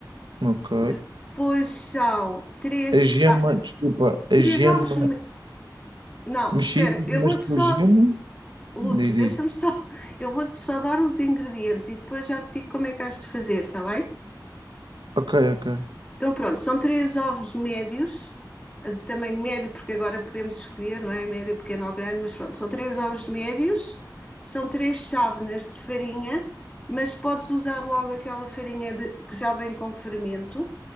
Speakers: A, on the right (about 85°); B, on the left (about 15°).
A: Ok.
B: Depois são três.
A: A gema,
B: cha-
A: desculpa, a
B: Três
A: gema
B: ovos. me- Não,
A: mexida,
B: espera. Eu
A: mas
B: vou-te
A: com
B: só.
A: a gema.
B: Lúcio,
A: Diz, diz.
B: deixa-me só. <laughs> Eu vou-te só dar os ingredientes e depois já te digo como é que has de fazer, está bem?
A: Ok, ok.
B: Então, pronto, são três ovos médios, de tamanho médio, porque agora podemos escolher, não é? Médio, pequeno ou grande, mas pronto, são três ovos médios, são três chávenas de farinha, mas podes usar logo aquela farinha de- que já vem com fermento.